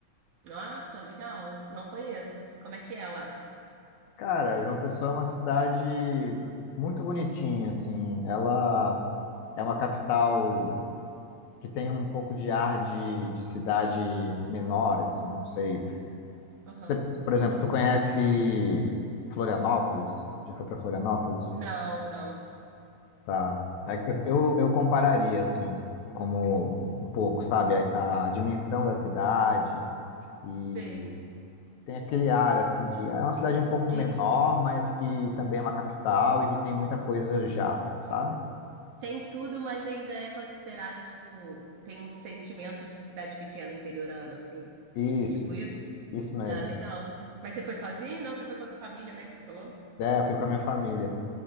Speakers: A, on the right; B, on the left.
A: Nossa, legal. Não conheço. Como é que é lá?
B: Cara, João Pessoa é uma cidade muito bonitinha, assim. Ela é uma capital que tem um pouco de ar de, de cidade menor, assim, não sei.
A: Aham.
B: Você- Por exemplo, tu conhece Florianópolis? Já foi para Florianópolis?
A: Não, não.
B: Tá. É que Eu, eu eu compararia, assim, como um pouco, sabe, a, a dimensão da cidade e
A: Sei.
B: tem aquele ar, assim, de... É uma cidade um pouco menor,
A: De-
B: mas que também é uma capital e que tem muita coisa já, sabe?
A: Tem tudo, mas ainda é considerado, tipo, tem um sentimento de cidade pequena, interiorana, assim.
B: Isso,
A: É tipo isso?
B: isso mesmo.
A: Ah, legal. Mas você foi sozinho? Não, você foi com a sua família, né? Que você falou?
B: É, eu fui com a minha família.